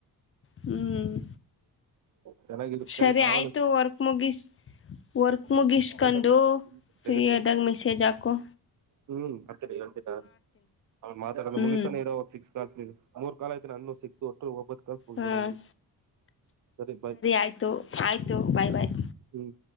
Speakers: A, on the left (about 35°); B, on the right (about 55°).
A: ಹ್ಮ್.
B: ಚೆನ್ನಾಗಿರುತ್ತೆ
A: ಸರಿ
B: <unintelligible>
A: ಆಯ್ತು ವರ್ಕ್ ಮುಗಿಸ್ ವರ್ಕ್ - ಮುಗಿಸ್ಕೊಂಡು
B: ಆಯ್ತಾ ಸೆಕೆಂಡ್
A: ಫ್ರೀಯದಾಗ
B: ಸರಿ
A: ಮೆಸೇಜ್ ಹಾಕೋ.
B: ಹ್ಮ್ ಹೇತ ಮಾತಾಡ
A: ಹ್ಞೂ
B: ಮುಗಿಸ್ಸಾನ <unintelligible> <inaudible> ಕಾಲ ಆಯತ್ ನನ್ನ ಸಿಕ್ಸ್ ಒಟ್ಟ ಒಬ್ಬದ ಒಂಬತ್ತು ಕಾಲ್ ಮುಗಿತು
A: ಹಾಂ
B: ಸರಿ ಬಾಯ
A: ಆಯಿತು ಆಯಿತು ಬಾಯ್ ಬಾಯ್
B: ಹ್ಮ್.